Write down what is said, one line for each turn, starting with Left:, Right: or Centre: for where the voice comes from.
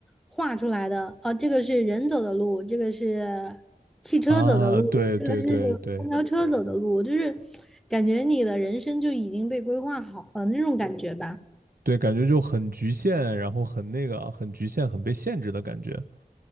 Centre: 画出来的，哦，这个是人走的路，这个是汽车走的路，
Right: 啊，对对对对。
Centre: 这个是公交车走的路，就是感觉你的人生就已经被规划好了那种感觉吧。
Right: 对，感觉就很局限，然后很那个，很局限，很被限制的感觉。